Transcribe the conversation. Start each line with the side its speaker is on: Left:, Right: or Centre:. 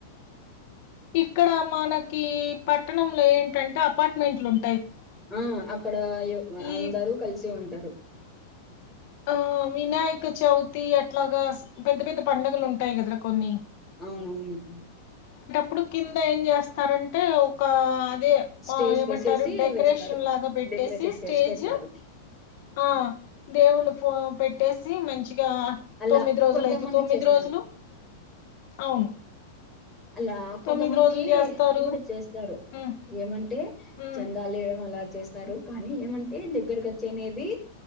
Left: ఇక్కడ మనకి పట్టణంలో ఏంటంటే అపార్ట్మెంట్లు ఉం
Centre: ఆ అక్కడ అందరూ
Left: ఈ
Centre: కలిసి ఉంటా టరు
Left: ఆ వినాయక చవితి అట్లాగా స్ పెద్ద పెద్ద పండగలు ఉంటాయి కదరా కొన్ని
Centre: అవునవును అక
Left: ఇప్పుడు కింద ఏం చేస్తారంటే ఒకా తే
Centre: స్టేజ్
Left: ఏమంటారు
Centre: వేసేసి
Left: డెకరేషన్
Centre: వేస్తారు
Left: లాగా పెట్టేసి
Centre: డెకరేషన్
Left: స్టేజ్
Centre: చేసి పెడతారు
Left: ఆ దేఊళ్ళ ఫో పెట్టేసి మంచి ఇకా
Centre: అలా
Left: తొమ్మిది రోజులు
Centre: కొంతమంది
Left: అయితే తొమ్మిది
Centre: చేస్తారు
Left: రోజులు అవును
Centre: అలా కొంతమంది
Left: తొమ్మిది రోజులు చేస్తారు
Centre: కూడా చేస్తారు
Left: ఉమ్
Centre: ఏమంటే
Left: ఉమ్
Centre: చందాలు వేయడం అలా చేస్త స్తారు కానీ ఏమంటే దగ్గరకు వచ్చి అనేది